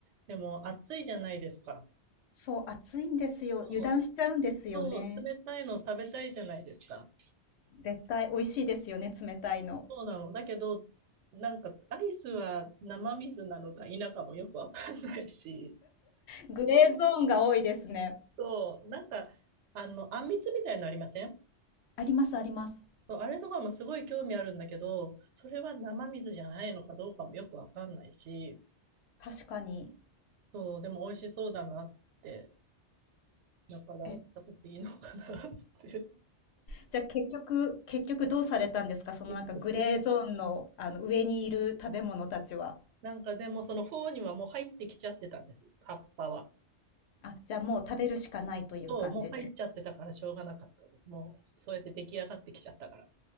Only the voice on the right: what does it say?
でも暑いじゃないですか。
そう、そう、冷たいの食べたいじゃないですか。
そうなの。だけど、なんかアイスは生水なのか否かもよくわかんないし、
そう、なんか、あの、あんみつみたいなのありません
そうあれとかもすごい興味あるんだけど、それは生水じゃないのかどうかもよくわかんないし、
そう、でも美味しそうだなって、だから食べていいのかなって。
<laughs> 結局、
なんかでもそのフォーにはもう入ってきちゃってたんです、葉っぱは。
そう、もう入っちゃってたからしょうがなかったです。もう、そうやって出来上がってきちゃったから。